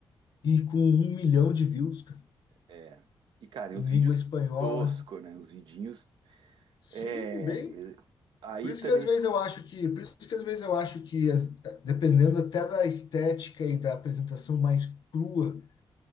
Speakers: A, on the left; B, on the right.
A: e com um milhão de views, cara,
B: é. E, cara, e
A: em
B: uns vídeos
A: língua espanhola.
B: tosco, né? Uns vidinhos.
A: Sim,
B: É.
A: bem.
B: e- Aí
A: Por isso
B: também.
A: que às vezes eu acho que, por isso que às vezes eu acho que, as- dependendo até da estética e da apresentação mais crua